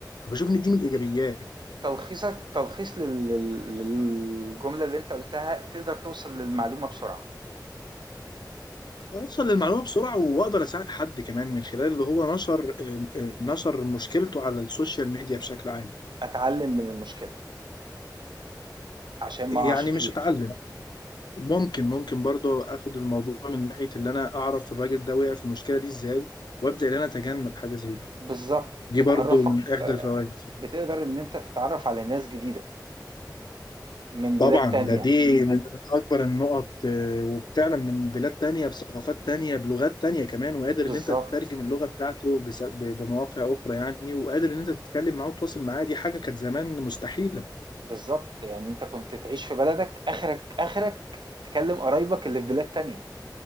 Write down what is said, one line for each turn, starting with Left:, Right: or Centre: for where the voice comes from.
Left: بشوف ان دي من الايجابيات
Right: تلخيصك تلخيص لل لل للجملة اللي أنت قُلتها تقدر توصل للمعلومة بسرعة،
Left: اوصل للمعلومه بسرعه واقدر اساعد حد كمان من خلال اللي هو نشر آه، نشر مشكلته على السوشيال ميديا بشكل عام
Right: أتعلم من المشكلة. عشان
Left: يعني
Right: ما اقعش فيها
Left: مش اتعلم ممكن ممكن برضه اخد الموضوع من ناحيه اللي انا اعرف الراجل ده وقع في المشكله دي ازاي وابدا ان انا اتجنب حاجه زي دي
Right: بالظبط
Left: دي
Right: بتعرفك
Left: برضه من احدى الفوائد
Right: بتقدر ان انت تتعرف على ناس جديدة من
Left: طبعا
Right: بلاد تانية
Left: ده دي من من اكبر النقط آه، وفعلا من بلاد تانية بثقافات تانية بلغات تانية كمان وقادر
Right: بالظبط
Left: ان انت تترجم اللغة بتاعته بس- ب- بمواقع اخرى يعني وقادر ان انت تتكلم معاه وتتواصل معاه دي حاجة كانت زمان مستحيلة
Right: بالظبط يعني انت كنت تعيش في بلدك اخرك اخرك تكلم قرايبك اللي في بلاد تانية